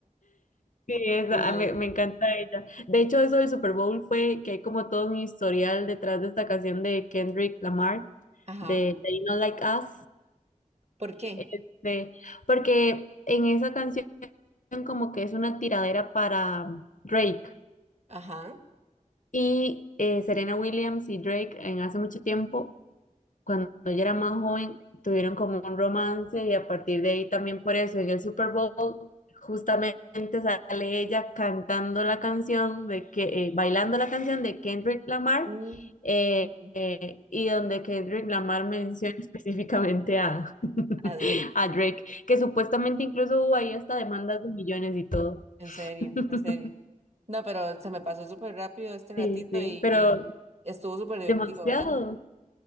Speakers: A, on the left; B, on the right.
A: Sí, esa,
B: Muy bien.
A: ah, me, me encanta ella. De hecho, eso del Super Bowl fue que hay como todo un historial detrás de esta canción de Kendrick Lamar,
B: Ajá.
A: de They Not Like Us.
B: ¿Por qué?
A: Este, porque en esa canción como que es una tiradera para Drake.
B: Ajá.
A: Y eh, Serena Williams y Drake en hace mucho tiempo, cuando yo era más joven, tuvieron como un romance y a partir de ahí también por eso en el Super Bowl justamente sale ella cantando la canción de que, eh, bailando la canción de Kendrick Lamar
B: Mm.
A: eh,
B: Ujú.
A: eh, y donde Kendrick Lamar menciona <laughs> específicamente a, <laughs>
B: Adri,
A: a Drake, que supuestamente incluso hubo ahí hasta demandas de millones y todo.
B: en serio,
A: <laughs>
B: en serio. No, pero se me pasó súper rápido este ratito
A: Sí, sí,
B: y,
A: pero
B: y estuvo súper divertido,
A: demasiado.
B: ¿verdad?